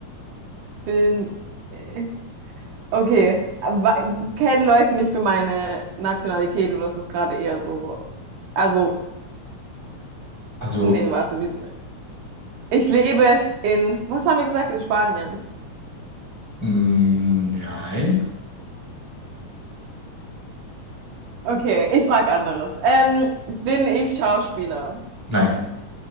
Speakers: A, on the right (about 75°); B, in the centre.
A: bin. äh, Okay. Wa- Kennen Leute mich für meine Nationalität oder ist das gerade eher so? Also,
B: also,
A: nee, warte. wie- Ich lebe in. Was haben wir gesagt? In Spanien.
B: mm, nein,
A: Okay, ich frage anderes. Ähm, bin ich Schauspieler?
B: nein,